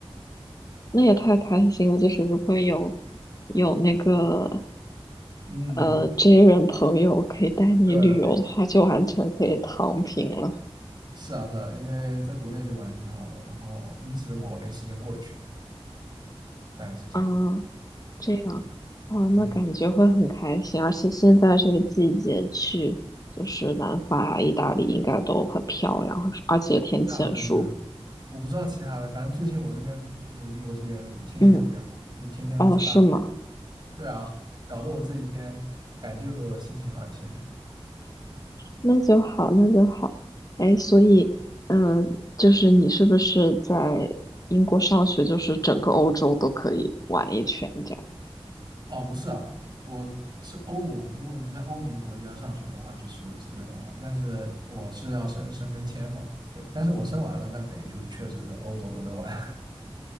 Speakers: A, on the left (about 35°); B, on the right (about 45°).
A: 那也太开心了！就是如果有有那个
B: 嗯，
A: 呃 J 人朋友可以带你旅游的话，
B: 对的，
A: 就完全可以躺平了
B: 是啊，是啊，因为在国内就玩得挺好的，然后一直我没时间过去，大概是这样。
A: 啊，这样。哦，那感觉会很开心，
B: 嗯，
A: 而且现在这个季节去，就是南法、意大利应该都很漂亮，而且天气很舒服。
B: 对啊，对啊，对啊，我不知道其他的，反正最近我这边就是英国这边天气特别好，
A: 嗯，
B: 就天天都出大太阳。
A: 哦，是吗？
B: 对啊，搞得我这几天感觉的心情好一些。
A: 那就好，那就好。哎，所以，嗯，就是你是不是在英国上学，就是整个欧洲都可以玩一圈这样？
B: 哦，不是啊，我是欧盟，如果你在欧盟的国家上学的话，就是随便乱玩，但是我是要申申根签嘛，对，但是我申完了，那等于就是确实是欧洲都能玩，